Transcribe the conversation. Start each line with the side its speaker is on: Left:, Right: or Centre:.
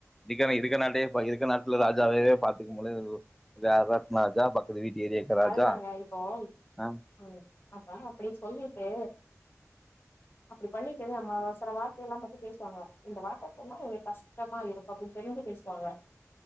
Centre: இதிகென இடுகெனாட்டே போயிறு இருக்க நாட்ல ராஜாவே பாத்துக்க முல்ல இதுல வேற நாட் ராஜா பக்கத்து வீட்டு ஏரியாவுக்கு ராஜா
Left: அதுதாங்க இப்போ
Centre: ஆ
Left: ம் அப்பா அப்டி சொல்லிட்டு அப்டி பண்ணிட்டு நம்மோ சில வார்த்தையெல்லா பத்தி பேசுவாங்க இந்த வார்த்த சொன்னா இவங்கள்கு கஷ்டமா இருக்கு அப்டின்னு தெரிஞ்சு பேசுவாங்க